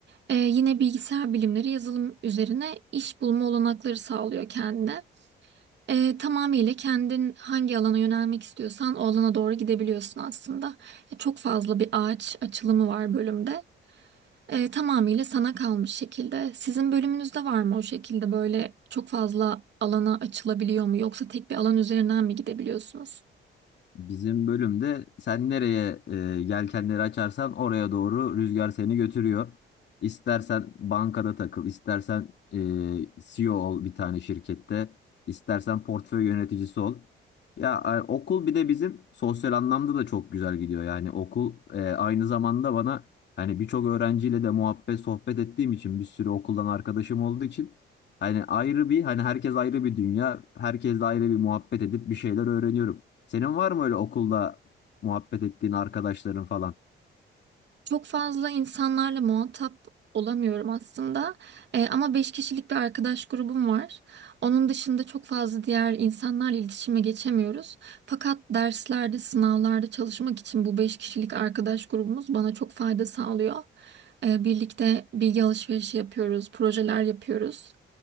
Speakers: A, on the right; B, on the left.
A: ee, yine bilgisayar bilimleri yazılım üzerine iş bulma olanakları sağlıyor kendine. Ee, tamamıyla kendin hangi alana yönelmek istiyorsan o alana doğru gidebiliyorsun aslında. Ee, çok fazla bir ağaç açılımı var bölümde. Ee, tamamıyla sana kalmış şekilde. Sizin bölümünüzde var mı o şekilde böyle çok fazla alana açılabiliyor mu yoksa tek bir alan üzerinden mi gidebiliyorsunuz?
B: Bizim bölümde sen nereye e, yelkenleri açarsan oraya doğru rüzgar seni götürüyor. İstersen bankada takıl, istersen e, CEO ol bir tane şirkette, istersen portföy yöneticisi ol. Ya e, okul bir de bizim sosyal anlamda da çok güzel gidiyor. Yani okul e, aynı zamanda bana hani birçok öğrenciyle de muhabbet sohbet ettiğim için bir sürü okuldan arkadaşım olduğu için hani ayrı bir hani herkes ayrı bir dünya, herkesle ayrı bir muhabbet edip bir şeyler öğreniyorum. Senin var mı öyle okulda muhabbet ettiğin arkadaşların falan?
A: Çok fazla insanlarla muhatap olamıyorum aslında. Eee, ama beş kişilik bir arkadaş grubum var. Onun dışında çok fazla diğer insanlarla iletişime geçemiyoruz. Fakat derslerde, sınavlarda çalışmak için bu beş kişilik arkadaş grubumuz bana çok fayda sağlıyor. Eee, birlikte bilgi alışverişi yapıyoruz, projeler yapıyoruz.